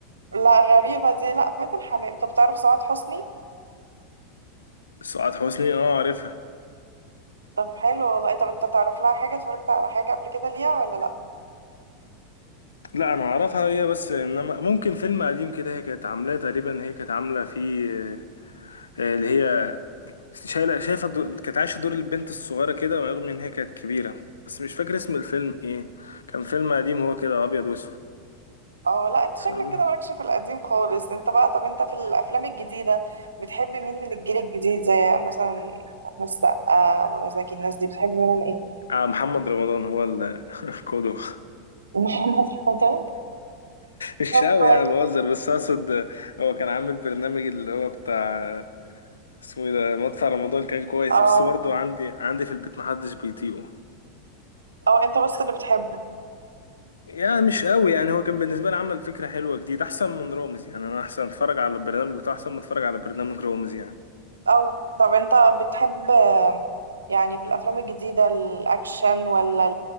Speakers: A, on the right; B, on the left.
A: لا غريبة دي لا فاتن حمام طب تعرف سعاد حسني
B: سعاد حسني اه عارفها
A: طب حلو والله طب انت تعرف لها حاجة اتفرجت على حاجة قبل كده ليها ولا لا
B: لا انا اعرفها هي بس انما ممكن فيلم قديم كده هي كانت عاملاه تقريبا هي كانت عامله فيه آه، اللي هي شايله شايفه دو- كانت عايشه دور البنت الصغيره كده رغم ان هي كانت كبيره بس مش فاكر اسم الفيلم ايه كان فيلم قديم هو كده ابيض واسود
A: اه لا انت
B: فاهمه
A: شكلك كده مالكش في القديم خالص انت بقى طب انت في الافلام الجديدة بتحب مين من الجيل الجديد زي مثلا احمد السقا منى زكي الناس دي بتحب منهم ايه
B: آه محمد رمضان هو ال- <laughs> القدوة
A: <laughs> محمد رمضان
B: مش
A: طب
B: قوي
A: كويس
B: يعني بهزر بس اقصد آه، هو كان عامل برنامج اللي هو بتاع آه، اسمه ايه ده مدفع رمضان كان كويس
A: اه
B: بس برضه عندي عندي في البيت محدش بيطيقه
A: اه انت بس اللي بتحبه
B: يعني مش قوي يعني هو كان بالنسبة لي عمل فكرة حلوة جديد أحسن من رامز يعني أنا أحسن أتفرج على البرنامج بتاعه أحسن ما أتفرج على برنامج رامز يعني
A: اه طب انت بتحب آه، يعني في الافلام الجديده الاكشن ولا